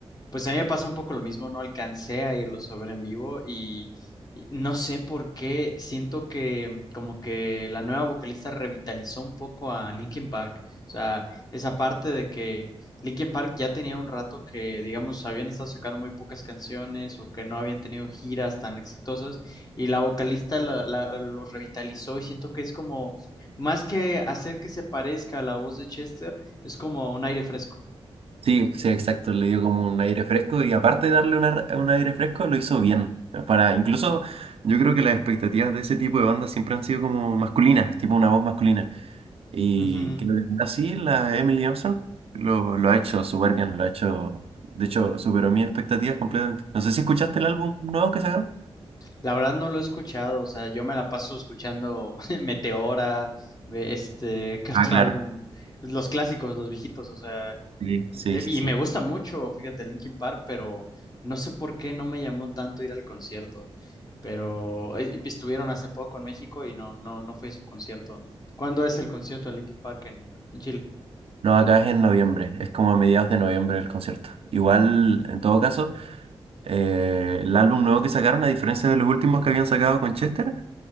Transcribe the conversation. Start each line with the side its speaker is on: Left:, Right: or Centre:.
Left: Pues a mí me pasa un poco lo mismo, no alcancé a irlos a ver en vivo y, y no sé por qué, siento que como que la nueva vocalista revitalizó un poco a Linkin Park, o sea, esa parte de que Linkin Park ya tenía un rato que, digamos, habían estado sacando muy pocas canciones o que no habían tenido giras tan exitosas y la vocalista la, la- los revitalizó y siento que es como, más que hacer que se parezca a la voz de Chester, es como un aire fresco.
Right: Sí, sí, exacto, le dio como un aire fresco y aparte de darle una r- un aire fresco, lo hizo bien. Para, incluso yo creo que las expectativas de ese tipo de bandas siempre han sido como masculinas, tipo una voz masculina. Y
Left: Ujú.
Right: creo que ahora sí, la Emily Armstrong lo, lo ha hecho súper bien, lo ha hecho, de hecho, superó mis expectativas completamente. No sé si escuchaste el álbum nuevo que sacaron.
Left: La verdad no lo he escuchado, o sea, yo me la paso escuchando <laughs> Meteora, ve- este, ¿qué otro
Right: Ah, claro,
Left: álbum? Los clásicos, los viejitos, o sea,
Right: sí, sí,
Left: de-
Right: sí,
Left: y
Right: sí.
Left: me gusta mucho, fíjate, Linkin Park, pero no sé por qué no me llamó tanto ir al concierto, pero eh, estuvieron hace poco en México y no, no, no fui a su concierto. ¿Cuándo es el concierto de Linkin Park en, en Chile?
Right: No, acá es en noviembre, es como a mediados de noviembre el concierto. Igual, en todo caso, eh, el álbum nuevo que sacaron, a diferencia de los últimos que habían sacado con Chester,